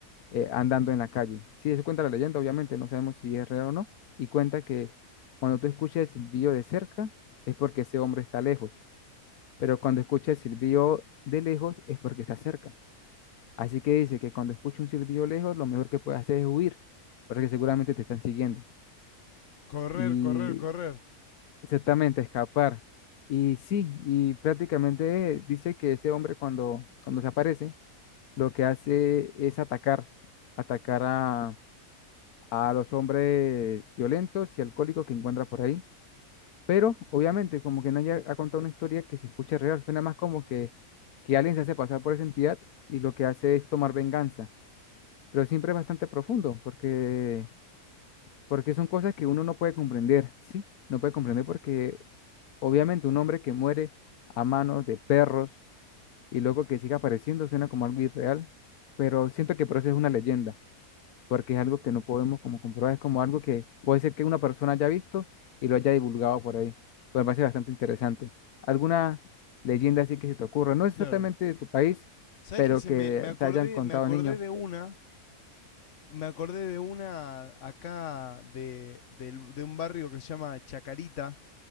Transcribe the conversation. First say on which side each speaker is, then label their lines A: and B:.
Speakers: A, on the left (about 75°); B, on the left (about 55°).
A: eh, andando en la calle. Sí, eso cuenta la leyenda, obviamente, no sabemos si es real o no, y cuenta que cuando tú escuchas el silbido de cerca es porque ese hombre está lejos, pero cuando escuchas el silbido de lejos es porque está cerca. Así que dice que cuando escucha un silbido lejos, lo mejor que puede hacer es huir, porque seguramente te están siguiendo.
B: Correr,
A: Y
B: correr, correr.
A: exactamente, escapar. Y sí, y prácticamente dice que ese hombre cuando, cuando se aparece, lo que hace es atacar, atacar a, a los hombres violentos y alcohólicos que encuentra por ahí. Pero obviamente, como que nadie ha ha contado una historia que se escucha real, suena más como que, que alguien se hace pasar por esa entidad y lo que hace es tomar venganza pero siempre es bastante profundo porque, porque son cosas que uno no puede comprender, ¿sí? No puede comprender porque obviamente un hombre que muere a manos de perros y luego que siga apareciendo suena como algo irreal, pero siento que por eso es una leyenda, porque es algo que no podemos como comprobar, es como algo que puede ser que una persona haya visto y lo haya divulgado por ahí. Pues me parece bastante interesante. ¿Alguna leyenda así que se te ocurra? No exactamente
B: Claro.
A: de tu país,
B: ¿Sabes
A: pero
B: qué? Se
A: que
B: me, me acordé,
A: te hayan contado
B: me acordé
A: niños.
B: de una, me acordé de una acá de, del- de un barrio que se llama Chacarita,